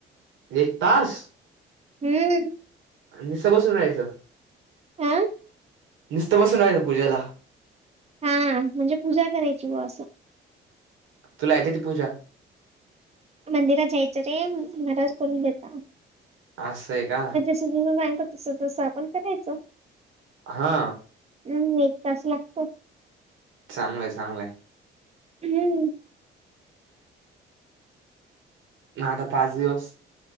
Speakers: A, on the right; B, on the right.
A: एक तास.
B: हम
A: आणि निस बस जायचं.
B: हा
A: निस्त बसून राहायचं पूजेला
B: हा म्हणजे पूजा करायची हे असं.
A: तुला येते ती पूजा.
B: मंदिरात जायच रे महाराज करून देतात.
A: असंय काय
B: जसं जसं सांगतात तसं तसं आपण करायचं. <unintelligible>
A: हा...
B: हम एक तास लागतो.
A: चांगल्या चांगल्या.
B: हम
A: ना आता पाच दिवस